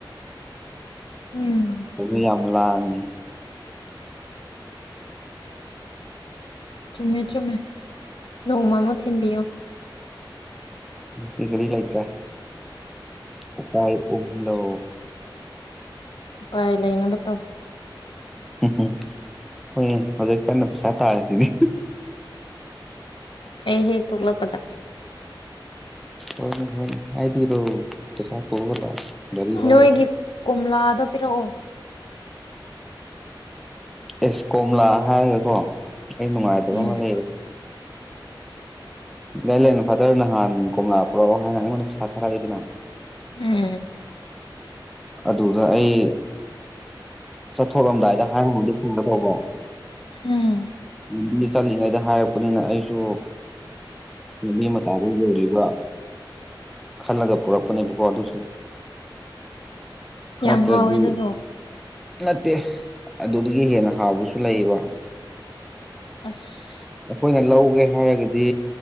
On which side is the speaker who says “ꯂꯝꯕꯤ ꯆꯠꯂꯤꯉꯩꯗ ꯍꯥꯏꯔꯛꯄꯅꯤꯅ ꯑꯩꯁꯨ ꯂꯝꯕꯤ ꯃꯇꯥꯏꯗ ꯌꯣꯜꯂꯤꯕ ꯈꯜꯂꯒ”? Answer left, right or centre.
Centre